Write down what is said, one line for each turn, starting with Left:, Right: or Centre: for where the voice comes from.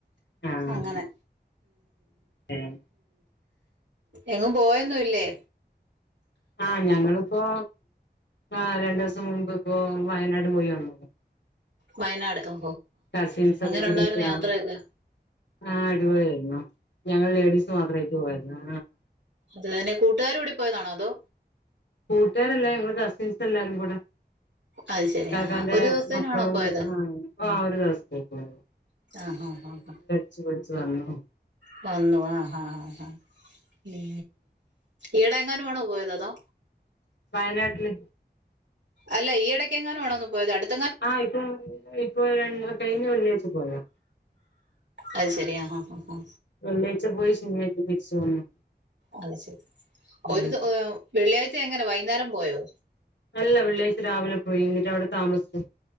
Left: ആഹ്
Right: അങ്ങനെ
Left: ഏഹ്
Right: എങ്ങും പോയൊന്നുല്ലേ
Left: ആഹ ഞങ്ങളിപ്പോ ആ രണ്ടു ദിവസം മുമ്പ് ഇപ്പോ വയനാട് പോയി വന്നു
Right: വയനാട് ഓ
Left: കസിൻസ്
Right: അങ്ങനെ
Left: ഒക്കെ കൂടിയിട്ട്
Right: ഉണ്ടായിരുന്നു
Left: ആഹ്
Right: യാത്രയൊക്കെ
Left: ആഹ് അടിപൊളിയായിരുന്നു ഞങ്ങൾ ലേഡീസ് മാത്രമായിട്ട പോയതായിരുന്നു
Right: അതെന്നെ കൂട്ടുകാരും കൂടി പോയതാണോ അതോ
Left: കൂട്ടുകാരല്ല ഞങ്ങ കസിൻസ് എല്ലാരും കൂടെ
Right: അത് ശരി
Left: ഇ കാക്കാന്റെ
Right: ആഹാ ഒരു ദിവസത്തേനാണോ
Left: മക്കളും
Right: പോയത്
Left: ആ ഒരു ദിവസത്തേകയുള്ളൂ
Right: ആഹഹ് ആഹ് ആഹ
Left: വിളിച്ചു പറഞ്ഞോ
Right: വന്നു ആഹാ ആ ഹാ ഉ ഈടെ എങ്ങാനും ആണോ പോയത് അതോ
Left: വയനാട്ടില്
Right: അല്ല ഈ ഇടക്ക എങ്ങെനു ആണോ പോയത് അടുത്ത്
Left: ആ ഇപ്പൊ ഇപ്പൊ കഴിഞ്ഞ വെള്ളിയാഴച്ച പോയതാ
Right: അത് ശരിയാ ആ ഹ
Left: വെള്ളിയാഴ്ച പോയി ശനിയാഴ്ച തിരിച്ചു വന്നു
Right: അത് ശരി ഒരു
Left: ഉം
Right: ദു ഏ വെള്ളിയാഴ്ച എങ്ങനെ വൈകുന്നേരം പോയോ
Left: അല്ല വെള്ളിയാഴ്ച രാവിലെ പോയി എന്നിട്ട് അവിടെ താമസിച്ചു